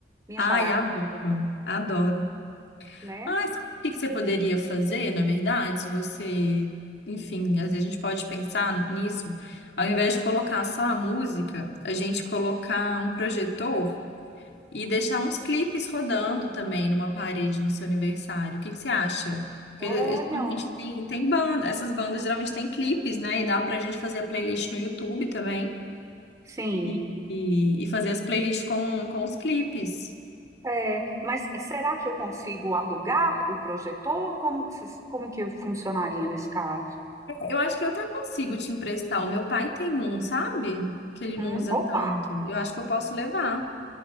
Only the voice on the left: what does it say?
Ai,
adoro, adoro.
Ah, sabe o que que você poderia fazer, na verdade, se você, enfim, às vezes a gente pode pensar nisso, ao invés de colocar só a música, a gente colocar um projetor E deixar uns clipes rodando também numa parede no seu aniversário. O que que você acha? Porque
geralmente tem, tem banda, essas bandas geralmente têm clipes, né? E dá pra gente fazer a playlist no YouTube também.
E, e, e fazer as playlists com, com os clipes.
Eu acho que eu até consigo te emprestar. O meu pai tem um, sabe? Que ele não
usa
tanto. Eu acho que eu posso levar.